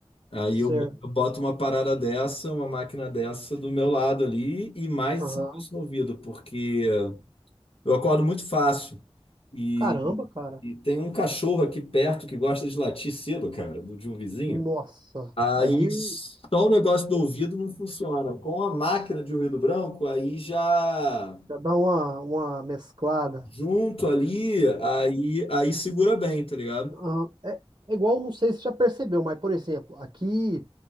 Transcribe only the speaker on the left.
Aí
eu bo- eu boto uma parada dessa, uma máquina dessa do meu lado ali e mais
isso no ouvido, porque eu acordo muito fácil. E,
e tem um cachorro aqui perto que gosta de latir cedo, cara, do- de um vizinho.
Aí
só o negócio do ouvido não funciona. Com a máquina de ruído branco, aí já
junto ali, aí, aí segura bem, tá ligado?